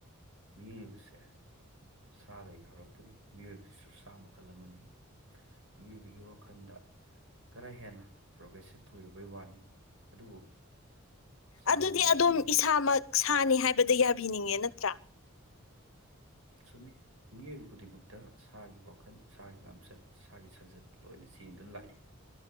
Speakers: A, on the right; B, on the left.
A: ꯃꯤꯑꯣꯏꯕꯁꯦ ꯁꯥꯗ ꯌꯥꯎꯔꯛꯄꯅꯤ ꯃꯤꯑꯣꯏꯕꯁꯨ ꯁꯥ ꯃꯈꯜ ꯑꯃꯅꯤ ꯃꯤꯑꯣꯏꯕꯒꯤ ꯋꯥꯈꯜꯗ ꯈꯔ ꯍꯦꯟꯅ ꯄ꯭ꯔꯣꯒ꯭ꯔꯦꯁꯤꯞ ꯑꯣꯏꯔꯨꯕꯩ ꯋꯥꯅꯤ ꯑꯗꯨꯕꯨ ꯁꯥ
B: ꯑꯗꯨꯗꯤ
A: ꯑꯃꯒꯨꯝꯕꯅꯤ
B: ꯑꯗꯨꯝ ꯏꯁꯥꯃꯛ ꯁꯥꯅꯤ ꯍꯥꯏꯕꯗ ꯌꯥꯕꯤꯅꯤꯡꯉꯦ ꯅꯠꯇ꯭ꯔꯥ
A: ꯆꯨꯝꯃꯤ ꯃꯤꯑꯣꯏꯕ ꯈꯨꯗꯤꯡꯃꯛꯇ ꯁꯥꯒꯤ ꯋꯥꯈꯜ ꯁꯥꯒꯤ ꯂꯝꯆꯠ ꯏꯁꯒꯤ ꯁꯥꯖꯠ ꯂꯣꯏꯅ ꯆꯦꯟꯗꯨꯅ ꯂꯥꯛꯏ